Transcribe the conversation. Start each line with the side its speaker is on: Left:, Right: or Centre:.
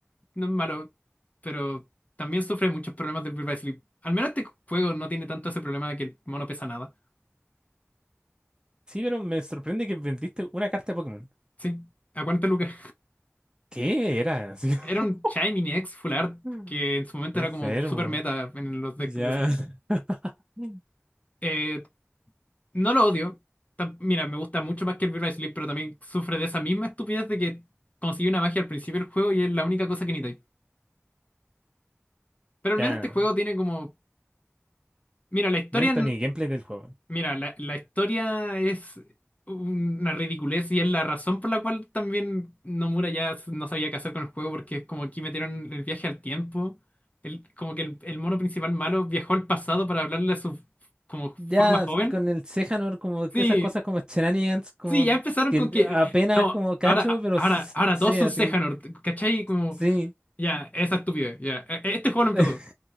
Left: no es malo. Pero también sufre muchos problemas del Birth by Sleep. Al menos este juego no tiene tanto ese problema de que el mono pesa nada.
Right: Sí, pero me sorprende que vendiste una carta de Pokémon.
Left: Sí, a 40 lucas.
Right: ¿Qué era? <laughs> Así como,
Left: Era un Chai Mini X Full Art
Right: Mm.
Left: que en su momento
Right: qué
Left: era
Right: enfermo.
Left: como super meta en los decks
Right: Ya,
Left: de Zero.
Right: Mm. <laughs>
Left: Eh, no lo odio. Ta- Mira, me gusta mucho más que el Birth by Sleep, pero también sufre de esa misma estupidez de que consigue una magia al principio del juego y es la única cosa que necesitáis. Pero al
Right: ya.
Left: menos este juego tiene como. Mira, la historia.
Right: No he visto ni gameplay del juego.
Left: Mira, la, la historia es una ridiculez y es la razón por la cual también Nomura ya s- no sabía qué hacer con el juego porque es como aquí metieron el viaje al tiempo. El, como que el, el mono principal malo viajó al pasado para hablarle a su como
Right: Ya
Left: forma joven.
Right: con el Sejanor, como
Left: Sí,
Right: que esas cosas como shenanigans, como
Left: sí, ya empezaron
Right: que
Left: con que
Right: apenas
Left: no,
Right: como cacho,
Left: ahora,
Right: pero
Left: ahora,
Right: s-
Left: ahora
Right: sí,
Left: todos son
Right: así
Left: Sejanort,
Right: como,
Left: ¿cachai? Como
Right: sí.
Left: ya, esa estupidez, ya. E- Este juego no empezó.
Right: <laughs>